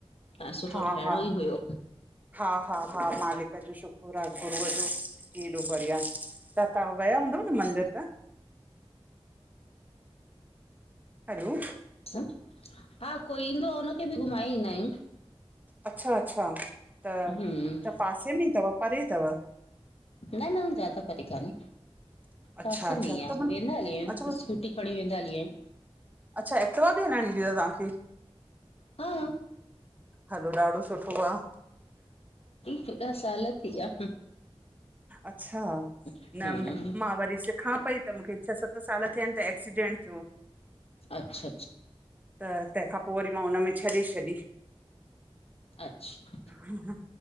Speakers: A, on the left (about 70°); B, on the right (about 15°).
A: ऐं सुठो
B: हा
A: ठहिणो
B: हा
A: ई हुयो।
B: हा हा हा मालिक जो शुकुर आ, गुरूअ जो कि हेॾो बढ़िया। त तां वया हूंदव न मंदर त हलो
A: अच्छा, हा, कोई ईंदो हुनखे बि घुमाए ईंदा आहियूं।
B: अच्छा अच्छा, त
A: हम्म
B: त पासे में ई थव, परे अथव?
A: न न उ ज्यादा परे काने,
B: अच्छा
A: पासे
B: अच्छा
A: में ई आ
B: त मां
A: वेंहदा हली आहिन
B: अच्छा
A: स्कूटी खणी वेंदा हली आहिन।
B: अच्छा, एक्टिवा बि हलाइण ईंदी तव तहांखे?
A: हा
B: हलो, ॾाढो सुठो आ।
A: हेॾा साल थी वया।
B: अच्छा,
A: हम्म
B: न मा वरी सि -खां पई, त मूंखे छ सत साल थियाइन त एक्सीडेंट थियो।
A: अच्छा अच्छा
B: त तंहिंखां पो, वरी मां हुनमें छॾे छॾी।
A: अच्छा
B: हूं हूं